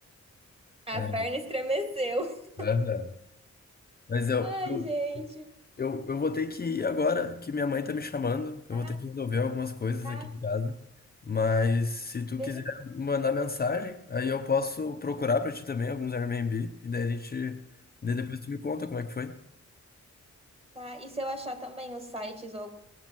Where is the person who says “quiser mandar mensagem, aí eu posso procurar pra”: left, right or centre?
Left